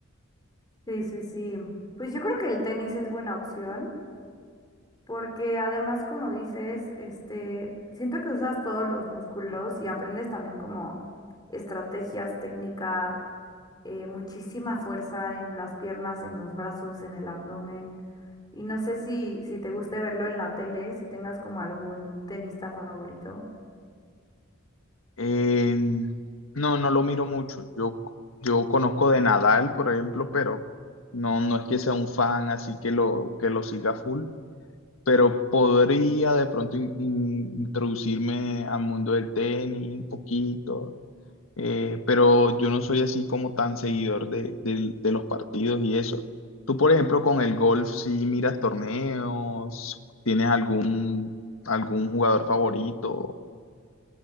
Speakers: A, on the left (about 20°); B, on the left (about 75°).
A: Sí, sí, sí. Pues yo creo que el tenis es buena opción. Porque además, como dices, este, siento que usas todos los músculos y aprendes también como estrategias, técnica, eh, muchísima fuerza en las piernas, en los brazos, en el abdomen. Y no sé si, si te guste verlo en la tele, si tengas como algún tenista favorito.
B: Eh, no, no lo miro mucho. Yo, yo conozco de Nadal, por ejemplo, pero no, no es que sea un fan, así que lo, que lo siga full. Pero podría de pronto in- in- introducirme al mundo del tenis un poquito, eh, pero yo no soy así como tan seguidor de, del- de los partidos y eso. Tú, por ejemplo, con el golf, si miras torneos, ¿tienes algún, algún jugador favorito?